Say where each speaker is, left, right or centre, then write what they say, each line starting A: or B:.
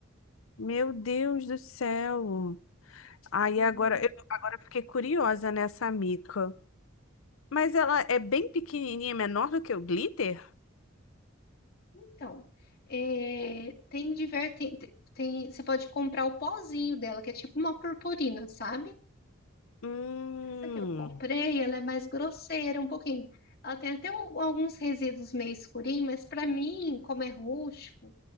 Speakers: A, on the left; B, on the left.
A: meu Deus do céu. Aí
B: Sim.
A: agora eu agora eu fiquei curiosa nessa mica. Mas ela é bem pequenininha, menor do que o glitter?
B: Então, é, tem, diver, tem, tem, tem- você pode comprar o pozinho dela, que é tipo uma purpurina, sabe?
A: Hum,
B: Essa que eu comprei, ela é mais grosseira um pouquinho. Ela tem até um- alguns resíduos meio escurinhos, mas para mim, como é rústico,